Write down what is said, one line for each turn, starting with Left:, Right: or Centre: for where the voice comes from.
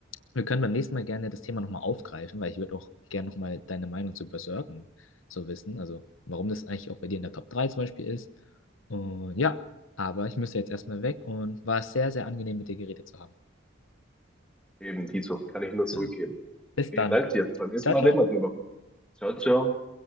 Left: Wir können beim nächsten Mal gerne das Thema nochmal aufgreifen, weil ich würde auch gerne nochmal deine Meinung zu Berserken so wissen. Also warum das eigentlich auch bei dir in der Top 3 zum Beispiel ist. Und ja, aber ich müsste jetzt erstmal weg und war sehr, sehr angenehm mit dir geredet zu haben.
Centre: eben Dito. Kann ich nur zurückgeben.
Left: Dann bis
Centre: Vielen
Left: dann.
Centre: Dank dir. Beim nächsten
Left: Ciao,
Centre: Mal
Left: ciao.
Centre: reden wir drüber. Ciao, ciao.